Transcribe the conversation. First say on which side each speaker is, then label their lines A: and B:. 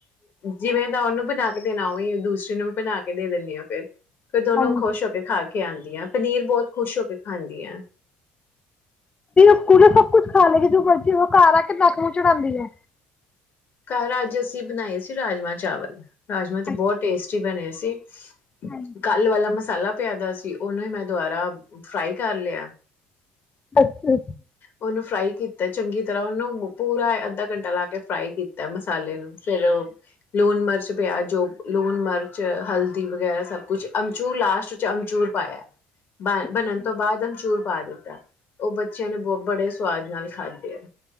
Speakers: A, on the left (about 55°); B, on the left (about 25°).
A: ਜਿਵੇਂ ਤਾਂ ਉਹਨੂੰ ਬਣਾ ਕੇ ਦੇਣਾ ਉਵੇਂ ਦੂਸਰੀ ਨੂੰ ਵੀ ਬਣਾ ਕੇ ਦੇ ਦਿੰਦੀ ਹਾਂ ਫਿਰ ਫੇਰ ਦੋਨੋ
B: ਹਾਂਜੀ
A: ਖੁਸ਼ ਹੋ ਕੇ ਖਾ ਕੇ ਆਉਂਦੀਆਂ ਪਨੀਰ ਬਹੁਤ ਖੁਸ਼ ਹੋ ਕੇ ਖਾਂਦੀ ਹੈ
B: ਸਕੂਲ ਸਭ ਕੁਛ ਖਾ ਲਗੀ ਜੋ ਬਚੇ ਉਹ ਘਰ ਆ ਕੇ ਨਾਕ ਨੂੰਹ ਚੜਾਉਂਦੀ ਹੈ
A: ਘਰ ਅੱਜ ਅਸੀਂ ਬਣਾਏ ਸੀ ਰਾਜਮਾਂ ਚਾਵਲ ਰਾਜਮਾ ਤਾਂ
B: ਅੱਛਾ
A: ਬਹੁਤ ਟੇਸਟੀ ਬਣੇ ਸੀ
B: ਹਾਂਜੀ
A: ਕੱਲ ਵਾਲਾ ਮਸਾਲਾ ਪਿਆ ਦ ਸੀ ਕਿ ਉਹਨੂੰ ਹੀ ਮੈਂ ਦੁਬਾਰਾ ਫਰਾਈ ਕਰ ਲਿਆ
B: ਅੱਛਾ
A: ਉਹਨੂੰ ਫਰਾਈ ਕੀਤਾ ਚੰਗੀ ਤਰ੍ਹਾਂ ਉਹਨੂੰ ਪੂਰਾ ਅੱਧਾ ਘੰਟਾ ਲਾ ਕੇ ਫਰਾਈ ਕੀਤਾ ਮਸਾਲੇ ਨੂੰ ਫੇਿਰ ਲੂਣ ਮਿਰਚ ਪਿਆ ਜੋ ਲੂਣ ਮਿਰਚ ਹਲਦੀ ਵਗੈਰਾ ਸਭ ਕੁਝ ਅਮਚੂਰ ਲਾਸਟ ਚ ਅਮਚੂਰ ਪਾਇਆ ਬਣਨ
B: ਅੱਛਾ
A: ਤੋਂ ਬਾਅਦ ਹੁਣ ਚੂਰ ਪਾ ਦੇ ਉਹ ਬੱਚ ਚੈਨਲ ਬਹੁਤ ਬੜੇ ਸਵਾਦ ਨਾਲ ਖਾਦੇ ਆ